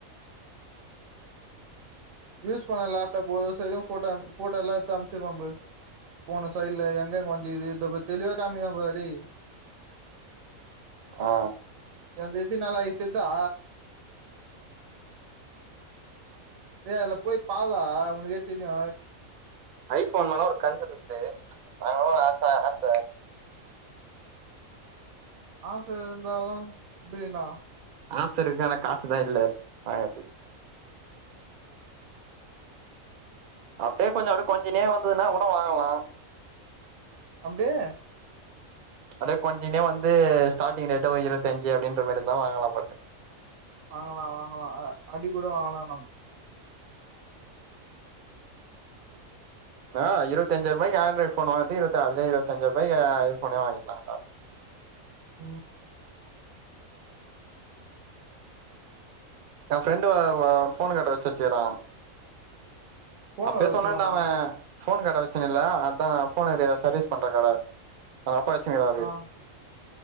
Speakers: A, on the right; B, on the right.
A: யூஸ் பண்ண லேப்டாப் ஒவ்வொரு சைுடு போட்டோ அம் போட்டோல எடுத்து அனுப்புச்சிரு வம்பு போன சையில எங்கங்க வ இது தப தெளிவா காமிக்குதா பாருடா டேய்
B: ஆ
A: இது வந்து எத்திநாலா எத்ததா டேய் அதுலபோய் பாலா உனக்கே தெரியு
B: ஐபோன் மேல ஒரு கண் இருக்து வாங்கனு ஆச ஆச
A: ஆச இருந்தாலு எப்டின்னா
B: ஆசயிருக்கு ஆனா காசுதா இல்ல வாங்குறதுக்கு அப்படியே கொஞ்ச அப்ப கொறஞ்சுனே வந்ததுன்னா உட வாங்கலா
A: அப்டியே
B: அப்டியே கொஞ்சுன்டே வந்து ஸ்டார்டிங் ரேட்டே இருவத்தஞ்சு அப்டின்ற மாரியிருந்தா வாங்கலா பாத்தே
A: வாங்கலா வாங்கலா அடி கூட வாங்கலா நம்
B: ஆ இருவத்தஞ்சாயிரூபாய்க்கு ஆண்ட்ராய்ட் ஃபோன் வாங்கறதுக் இருபத்த அதே இருபத்தஞ்சரூபாய்க் யியர்போனே வாங்கிகலான்டா
A: ம்
B: எ ஃப்ரெண்டு அ போனு கட வச்சு வச்சுருக்குறா
A: ஃபோனோட
B: அப்பயே
A: வச்சுக்கோண்ணா
B: சொன்னான்ட அவ ஃபோன் கட வச்சுனு இல்ல அதா ஃபோனுது சர்வீஸ் பண்ற கட அங்க அப்பா வச்சுங்கருவாரு
A: ஆ